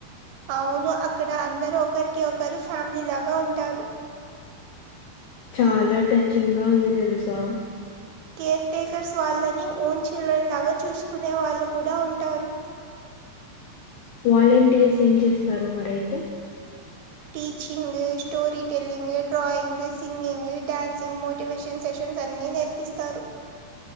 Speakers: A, on the right; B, on the left.
A: అవును అక్కడ అందరూ ఒకరికి ఒకరు ఫ్యామిలీ లాగా ఉంటారు.
B: చాలా టచ్చింగ్ గా ఉంది తెలుసా!
A: కేర్ టేకర్స్ వాళ్ళని ఓన్ చిల్డ్రన్ లాగా చూసుకునే వాళ్ళు కూడా ఉంటారు.
B: వాలంటీయర్స్ ఏం చేస్తారు మరయితే?
A: Teaching, story telling, drawing, singing, dancing, motivation sessions అన్ని నేర్ ప్పిస్తారు